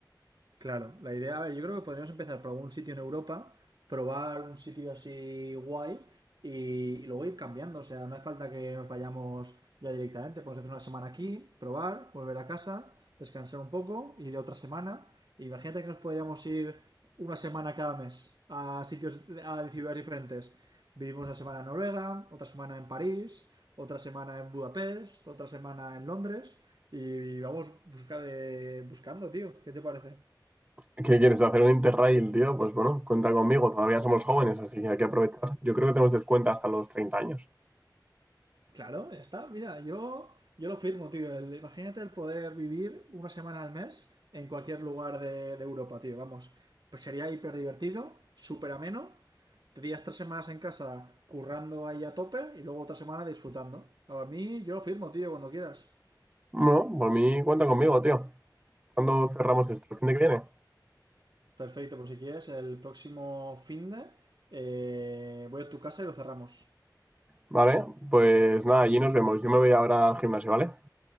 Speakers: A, on the right; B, on the right.
A: Claro, la idea, a ver, yo creo que podríamos empezar por algún sitio en Europa, probar un sitio así guay y, y luego ir cambiando. O sea, no hace falta que nos vayamos ya directamente. Podemos hacer una semana aquí, probar, volver a casa, descansar un poco, ir otra semana. Imagínate que nos podríamos ir una semana cada mes a sitios, a ciudades diferentes. Vivimos una semana en Noruega, otra semana en París, otra semana en Budapest, otra semana en Londres y vamos buscar, eh, buscando, tío. ¿Qué te parece?
B: ¿Qué quieres hacer un Interrail, tío? Pues bueno, cuenta conmigo, todavía somos jóvenes, así que hay que aprovechar. Yo creo que tenemos descuento hasta los 30 años.
A: Claro, ya está. Mira, yo, yo lo firmo, tío. El- imagínate el poder vivir una semana al mes en cualquier lugar de, de Europa, tío. Vamos, pues sería hiper divertido, súper ameno. Tendrías tres semanas en casa currando ahí a tope y luego otra semana disfrutando. A mí, yo lo firmo, tío, cuando quieras.
B: Bueno, por mí cuenta conmigo, tío. ¿Cuándo cerramos esto? ¿El fin de que viene?
A: Perfecto, pues si quieres, el próximo finde de voy a tu casa y lo cerramos.
B: Vale, pues nada, allí nos vemos. Yo me voy ahora al gimnasio, ¿vale?